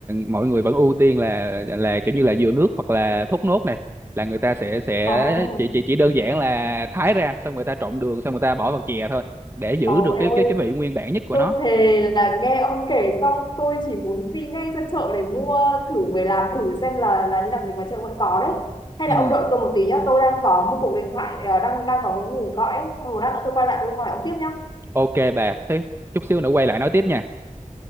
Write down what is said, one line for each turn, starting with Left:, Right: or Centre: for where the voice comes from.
Right: mọi người vẫn ưu tiên là là kiểu như là dừa nước hoặc là thốt nốt này là người ta sẽ sẽ
Left: Ồ,
Right: chỉ chỉ chỉ đơn giản là thái ra xong người ta trộn đường xong người ta bỏ vào chè thôi để giữ
Left: ồ
Right: được
Left: em
Right: cái cái
Left: ơi,
Right: cái vị nguyên bản nhất của
Left: tôi
Right: nó
Left: thề là nghe ông kể xong tôi chỉ muốn đi ngay ra chợ để mua thử về làm thử xem là là như nào mình ngoài chợ vẫn có đấy. Hay là
Right: ừ
Left: ông đợi tôi một tí nhá, tôi đang có một cuộc điện thoại ờ, đang đang có một người gọi ấy, xong rồi lát nữa tôi quay lại tôi hỏi ông tiếp nhá.
Right: ok bà thế chút xíu nữa quay lại nói tiếp nha